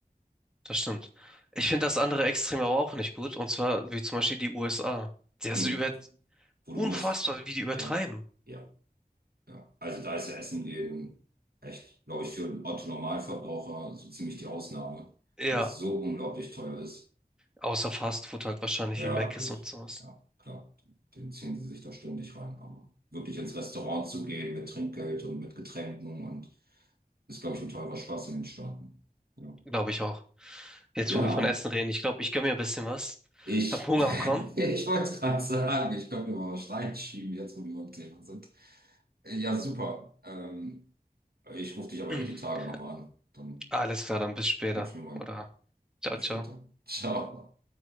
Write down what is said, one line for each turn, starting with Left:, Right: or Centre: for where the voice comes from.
Centre: Das stimmt. Ich finde das andere Extrem aber auch nicht gut. Und zwar wie zum Beispiel die USA. Das
Right: Mhm.
Centre: ist über
Right: Wo du
Centre: unfassbar,
Right: musst.
Centre: wie die übertreiben.
Right: Ja. Ja. Ja. Also da ist ja Essen eben echt, glaube ich, für einen Otto-Normalverbraucher so ziemlich die Ausnahme,
Centre: Ja,
Right: weil das so unglaublich teuer ist.
Centre: außer Fast Food halt wahrscheinlich
Right: Ja,
Centre: wie Mc's
Right: gut.
Centre: und sowas.
Right: Ja, klar. Den, den ziehen sie sich da ständig rein. Aber wirklich ins Restaurant zu gehen mit Trinkgeld und mit Getränken und ist, glaube ich, ein teurer Spaß in den Staaten. Ja.
Centre: Glaube ich auch. Jetzt,
Right: Ja,
Centre: wo wir von Essen reden, ich glaube, ich gönne mir ein bisschen was.
Right: ich,
Centre: Hab Hunger bekommen.
Right: <laughs> ich wollte gerade sagen, ich könnte mir mal was reinschieben, jetzt wo wir beim Thema sind. Ja, super. Ähm, ich rufe dich
Centre: <clears throat>
Right: aber eh die Tage nochmal an. Dann
Centre: Alles klar, dann bis später.
Right: Quatschen wir mal.
Centre: Oder ciao,
Right: Bis
Centre: ciao.
Right: später. Ciao.